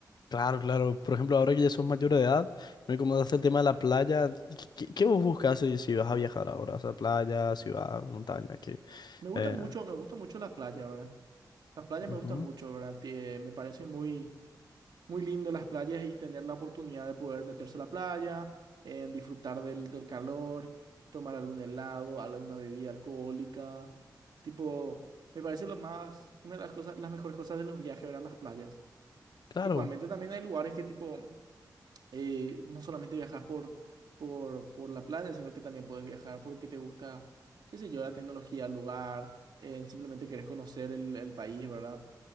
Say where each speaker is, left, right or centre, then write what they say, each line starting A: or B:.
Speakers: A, on the left (about 80°); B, on the right (about 80°).
A: Claro, claro. Por ejemplo, ahora que ya sos mayor de edad, me comentaste el tema de la playa. ¿Qué, qué- qué vos buscas si, si vas a viajar ahora? O sea, playa, ciudad, montaña, qué.
B: Me gusta
A: Eh,
B: mucho, me gusta mucho la playa, ¿verdad? Las playas
A: ujú.
B: me gustan mucho, ¿verdad? Tie- me parecen muy, muy lindo las playas y tener la oportunidad de poder meterse a la playa, en disfrutar del, del calor, tomar algún helado, alguna bebida alcohólica. Tipo, me parece lo más, una de las cosas, las mejores cosas de los viajes, ¿verdad? Las playas.
A: Claro,
B: Igualmente también hay lugares que tipo, eh, no solamente viajas por, por, por la playa, sino que también puedes viajar porque te gusta, qué sé yo, la tecnología, el lugar, eh, simplemente querés conocer el, el país, ¿verdad?